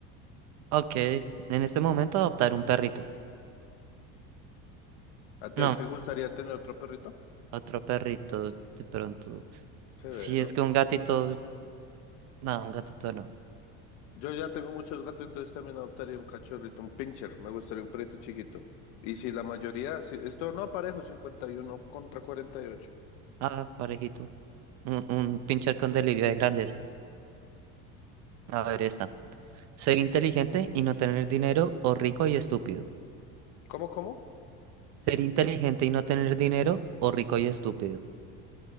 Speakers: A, on the right; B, on the left.
A: Ok, en este momento adoptar un perrito.
B: ¿A te,
A: No,
B: te gustaría tener otro perrito?
A: otro perrito, de pronto.
B: Severo.
A: Si es que un gatito, no, un gatito no.
B: Yo ya tengo muchos gatos, entonces también adoptaría un cachorrito, un pincher. Me gustaría un perrito chiquito. Y si la mayoría, si, esto no parejo, 51 contra cuarenta y ocho,
A: Ah, parejito. Un, un pincher con delirio de grandeza. A ver, esta. Ser inteligente y no tener dinero o rico y estúpido.
B: ¿Cómo, cómo?
A: Ser inteligente y no tener dinero o rico y estúpido.